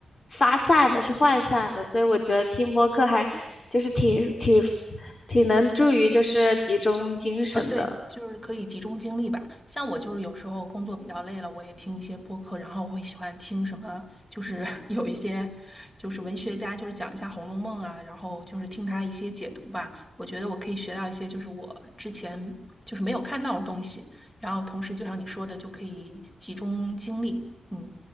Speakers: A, on the left; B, on the left.
A: 发散的，是涣散的，所以我觉得听播客还就是挺挺挺能助于就是集中精神的。
B: 呃，对，就是可以集中精力吧。像我就是有时候工作比较累了，我也听一些播客，然后我会喜欢听什么，就是 <laughs> 有一些就是文学家，就是讲一下《红楼梦》啊，然后就是听他一些解读吧。我觉得我可以学到一些就是我之前就是没有看到的东西，然后同时就像你说的，就可以集中精力。嗯